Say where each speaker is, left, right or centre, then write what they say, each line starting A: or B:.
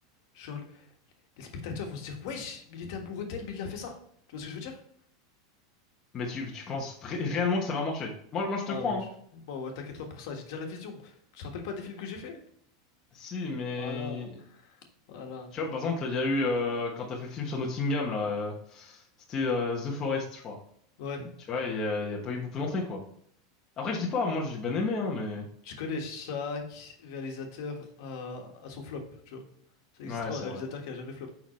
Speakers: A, on the left; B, on the left.
A: Genre, les spectateurs vont se dire, wesh, mais il était amoureux d'elle, mais il a fait ça, tu vois ce que je veux dire?
B: Mais tu, tu penses ré- réellement que ça va marcher? Moi, moi je te
A: Ah,
B: crois,
A: bon,
B: hein.
A: je- bon, ouais, t'inquiète pas pour ça, j'ai déjà la vision. Tu te rappelles pas des films que j'ai fait?
B: Si, mais
A: Voilà, voilà.
B: Tu vois, par exemple, il y a eu, euh, quand t'as fait le film sur Nottingham, là, euh, c'était euh, The Forest, je crois.
A: Ouais,
B: Tu vois, il y a, il y a pas eu beaucoup d'entrées, quoi. Après, je dis pas, moi, j'ai bien aimé, hein, mais...
A: tu connais, chaque réalisateur a, a son flop, tu vois. Ça n'existe
B: Ouais,
A: pas
B: c'est
A: un réalisateur
B: vrai.
A: qui a jamais flop.